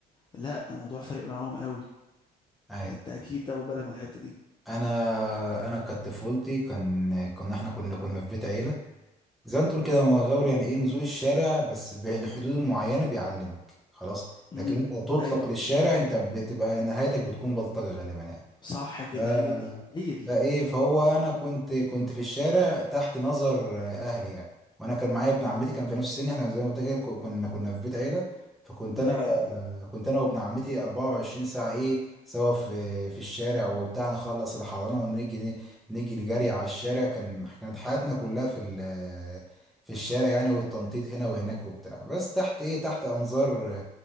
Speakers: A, on the left; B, in the centre.
A: لا الموضوع فرق معاهم قوي
B: ايوه
A: انت اكيد تاخد بالك من الحتة دي
B: انا انا كانت طفولتي كان كنا احنا كنا كنا في بيت عيله زي ما انت تقول كده مغاور يعني ايه نزول الشارع بس بالحدود المعينة بيعلمك خلاص
A: امم
B: لكن انت تطلق
A: ايوه
B: للشارع انت بتبقى نهايتك بتكون بلطجة غالبا يعني
A: صح كده
B: ف-
A: هي دي هي دي
B: فايه فهو انا كنت كنت في الشارع تحت نظر اهلي يعني وانا كان معايا ابن عمتي
A: مم.
B: كان في نفس سني احنا زي ما قلت لك كنا كنا في بيت عيله فكنت
A: بتعير
B: انا
A: اه
B: كنت انا وابن عمتي 24 ساعه ايه سوا في في الشارع وبتاع نخلص الحضانه ونيجي نيجي نجري على الشارع كان كانت حياتنا كلها في ال- في الشارع يعني والتنطيط هنا وهناك وبتاع بس تحت ايه تحت انظار